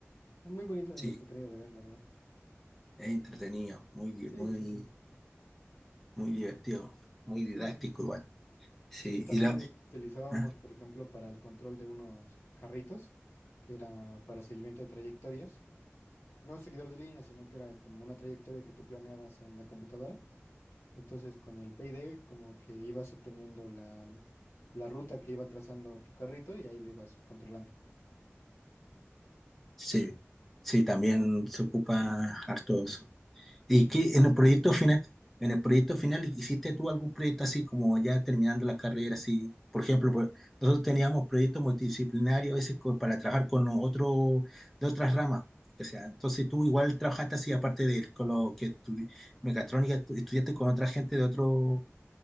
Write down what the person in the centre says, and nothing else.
Sí,
es entretenido, muy, di-
muy,
muy divertido, muy
didáctico igual.
Sí,
y la,
¿ah?
Sí, sí, también
se ocupa harto eso. ¿Y
qué
en el proyecto final, en el proyecto final hiciste tú algún proyecto así como ya terminando la carrera así? Por ejemplo, por- nosotros teníamos proyectos multidisciplinarios a veces co- para trabajar con los otros de otras ramas. O sea, entonces tú igual trabajaste así aparte de con lo que estu- mecatrónica, estu- estudiaste con otra gente de otro